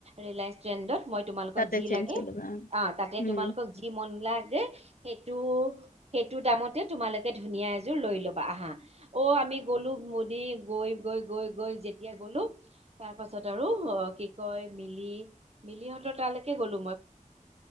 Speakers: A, on the right; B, on the left.
A: ৰিলায়েন্স ট্ৰেণ্ডত। মই তোমালোকক
B: তাতে
A: যি
B: চেঞ্জ
A: লাগে
B: কৰি ল'বা
A: অ তাতে
B: উম
A: তোমালোকক যি মন। <unintelligible> দেই সেইটো সেইটো দামতে তোমালোকে ধুনীয়া এযোৰ লৈ লবা আহা অ। আমি গ'লো মোদী গৈ গৈ গৈ গৈ যেতিয়া গ'লো। তাৰ পাছত আৰু অ কি কয় মিলি মিলিহঁতৰ তালৈকে গ'লো মই।